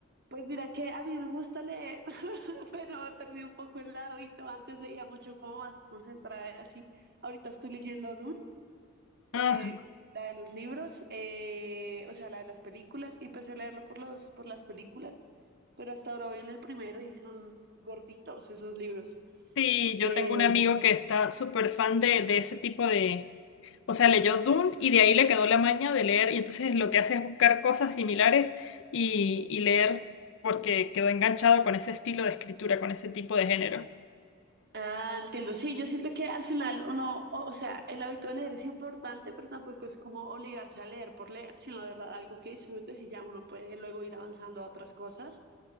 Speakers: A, on the right; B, on the left.
A: Pues mira que a mí me gusta leer, <laughs> pero me perdí un poco el hábito. Antes leía mucho como más concentrada y así. Ahorita estoy leyendo Dune,
B: Ah.
A: eh, la de los libros, eh, o sea, la de las películas, y empecé a leerlo por los, por las películas, pero hasta ahora voy en el primero y son gorditos esos libros.
B: Sí, yo
A: Eh,
B: tengo un amigo que está súper fan de, de ese tipo de... O sea, leyó Dune y de ahí le quedó la maña de leer y entonces lo que hace es buscar cosas similares y, y leer porque quedó enganchado con ese estilo de escritura, con ese tipo de género.
A: Ah, entiendo. Sí, yo siento que al final uno, o, o sea, el hábito de leer es importante, pero tampoco es como obligarse a leer por leer, sino de verdad algo que disfrutes y ya uno puede luego ir avanzando a otras cosas.